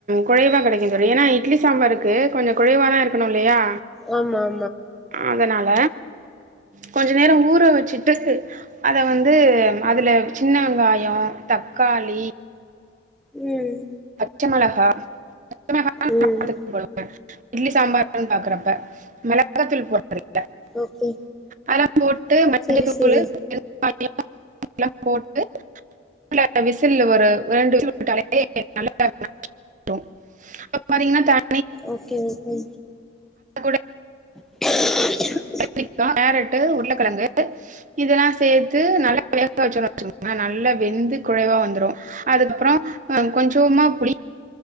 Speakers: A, on the right; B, in the centre.
A: குழைவா கெடைக்கு தோழி ஏனா இட்லி சாம்பாருக்கு கொஞ்சோ குழைவாதா இருக்கணு இல்லையா
B: ஒஆமா ஆமா
A: அதனால கொஞ்ச நேரோ ஊற வச்சுட்டு அத வந்து அதுல சின்ன வெங்காயோ தக்காளி
B: ம்
A: ச்ச மெளகா <unintelligible>
B: ம்
A: இட்லி சாம்பார் குன் பாக்குறப்ப மெளகாத்தூள் போட் <unintelligible>
B: ஓகே
A: அதெல்லா போட்டு மஞ்சத்தூளு
B: செரி செரி
A: <unintelligible> விசில் ஒரு ரெண்டு <unintelligible> பறீங்னா தன்
B: ஓகே ஓகே
A: கூட
B: <unintelligible>
A: <unintelligible> கேரட்டு உருளக்கெழங்கு இதெல்லா சேத்து நல்லா வேக வச்சோன் வச்சுக்கோங்ளே நல்லா வெந்து குழைவா வந்துரு அதுக்கப்றோ அ கொஞ்சோமா புளி